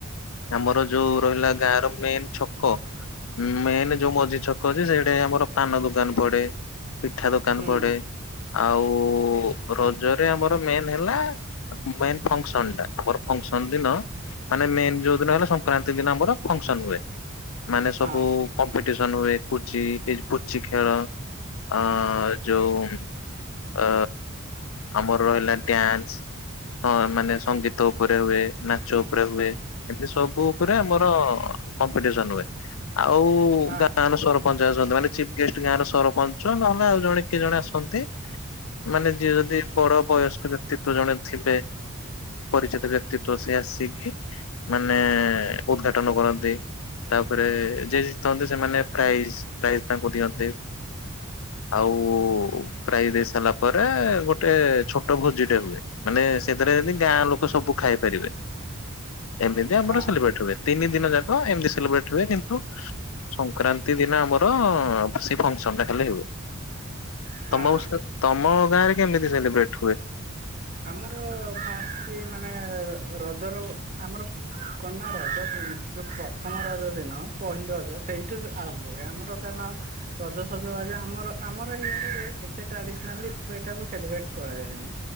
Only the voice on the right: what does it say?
ହୁଁ
ହଁ
ହଁ
ହଁ
ହଁ
ଆମର ଫାଷ୍ଟ କି ମାନେ ରଜର ଆମର କନା ରଜ ଯଉ ପ୍ରଥମ ରଜ ଦିନ ପହିଲି ରଜ ସେଇଠୁ ଆରମ୍ଭ ହୁଏ ଆମର କାରଣ ରଜସଜବାଜ ଆମର ଆମର ଇଆଡ଼େ ଏତେ ଟ୍ରାଡ଼ିସନାଲି ଏଟାକୁ ସେଲିବ୍ରେଟ କରାଯାଏନି।